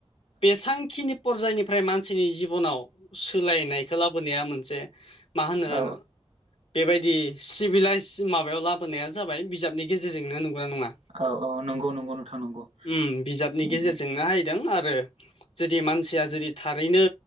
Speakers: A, on the left; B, on the right.
A: बेसांखिनि परजायनि ओमफ्राय मानसिनि जिबनाव सोलायनायखौ लाबोनाया मोनसे मा होनो
B: औ
A: बेबायदि सिभिलाइस माबायाव लाबोनाया जाबाय बिजाबनि गेजेरजोंनो नंगौ नङा?
B: औ औ नंगौ नंगौ। नोंथां नंगौ
A: उम बिजाबनि
B: उम
A: गेजेरजोंनो
B: उम
A: हायदों आरो जुदि मानसिया जुदि थारैनो